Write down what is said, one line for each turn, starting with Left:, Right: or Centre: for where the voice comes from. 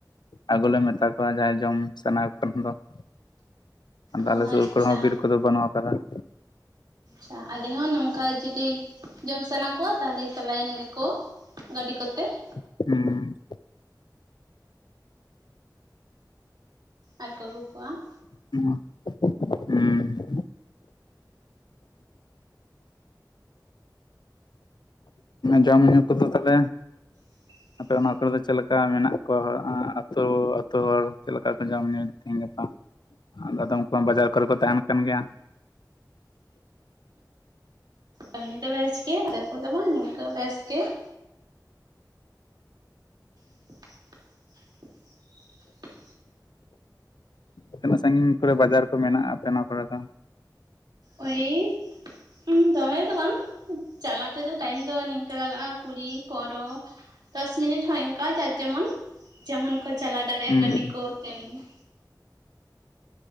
Left: ᱟᱹᱜᱩᱞᱮ ᱢᱮᱛᱟ ᱠᱚᱣᱟ ᱡᱟᱦᱟᱸᱭ ᱡᱚᱢ ᱥᱟᱱᱟ ᱠᱚ ᱠᱷᱟᱱ ᱫᱚ ᱾ ᱟᱫᱚ
Right: ᱚ
Left: ᱟᱞᱮ ᱥᱳᱨ
Right: ᱟᱪᱪᱷᱟ
Left: ᱠᱚᱨᱮ ᱦᱚᱸ ᱵᱤᱨ ᱠᱚᱫᱚ ᱵᱟᱹᱱᱩᱜ ᱟᱠᱟᱫᱟ ᱾
Right: ᱟᱪ-ᱪᱷᱟ, ᱟᱞᱮ ᱦᱚᱸ ᱱᱚᱝᱠᱟ ᱡᱩᱫᱤ ᱡᱚᱢ ᱥᱟᱱᱟ ᱠᱚᱣᱟ ᱛᱟᱞᱦᱮ ᱪᱟᱞᱟᱭᱮᱱ ᱜᱮᱠᱚ᱾ ᱴᱷᱚᱜ, ᱜᱟᱹᱰᱤ ᱠᱚᱛᱮ ᱾
Left: ᱠᱷᱚᱴᱚ-ᱠᱷᱚᱴ ᱦᱩᱸ ᱾
Right: ᱟᱡᱠᱚ ᱟᱹᱜᱩ ᱠᱚᱣᱟ ᱾
Left: ᱩᱸ-ᱠᱷᱚᱴ-ᱠᱷᱚᱴᱚ-ᱠᱷᱚᱴ-ᱦᱩᱹ ᱾ ᱡᱚᱢᱧᱩ ᱠᱚᱫᱚ ᱛᱟᱞᱦᱮ?
Right: ᱦ <inaudible> ᱴᱤᱡ-ᱴᱤᱡ
Left: ᱯᱮ ᱚᱱᱟ ᱟᱛᱳ ᱨᱮ ᱪᱮᱫ ᱞᱮᱠᱟ ᱢᱮᱱᱟᱜ ᱠᱚᱣᱟ ᱟᱹᱛᱩ ᱟᱹᱛᱩ ᱦᱚᱲ ᱪᱮᱫ ᱞᱮᱠᱟ ᱠᱚ ᱡᱚᱢᱧᱩᱭᱮᱫ ᱛᱮᱦᱮᱧ ᱜᱟᱯᱟ? ᱵᱮᱫᱚᱢ ᱠᱚᱢ ᱵᱟᱡᱟᱨ ᱠᱚᱨᱮ ᱠᱚ ᱛᱟᱦᱮᱱ ᱠᱟᱱ ᱜᱮᱭᱟ ᱾
Right: ᱩᱱᱤ ᱫᱚ ᱵᱟᱭ ᱪᱠᱟᱹᱭᱟ ᱨᱮᱥᱚ ᱫᱚ ᱵᱟᱝ ᱱᱤᱝᱠᱟᱹ ᱵᱮᱥ ᱜᱮ ᱾ <inaudible> ᱴᱷᱚᱜ-ᱴᱷᱚᱜ, ᱴᱷᱚᱜ ᱾
Left: ᱛᱤᱱᱟᱹᱜ ᱥᱟᱺᱜᱤᱧ ᱠᱚᱨᱮ ᱵᱟᱡᱟᱨ ᱠᱚ ᱢᱮᱱᱟᱜᱼᱟ ᱟᱯᱮ ᱚᱱᱟ ᱠᱚᱨᱮ ᱫᱚ?
Right: ᱳᱭ-ᱤᱻ ᱾ ᱩᱧ, ᱫᱚᱢᱮ ᱫᱚ ᱵᱟᱝ ᱪᱟᱞᱟ ᱛᱮᱫᱚ ᱴᱟᱭᱤᱢ ᱫᱚ ᱱᱤᱝᱠᱟᱹ ᱞᱟᱜᱟᱜᱼᱟ ᱠᱩᱲᱤ ᱯᱚᱱᱨᱚ ᱾ ᱫᱚᱥ ᱢᱤᱱᱤᱴ ᱦᱚᱸ ᱤᱝᱠᱟ ᱡᱟᱨ ᱡᱮᱢᱚᱱ, ᱡᱮᱢᱚᱱ ᱠᱚ ᱪᱟᱞᱟᱣ ᱫᱟᱲᱮᱭᱟᱜᱼᱟ
Left: ᱦᱩᱸ
Right: ᱜᱟᱹᱰᱤ ᱠᱚ ᱛᱮᱹᱢᱱᱤ ᱾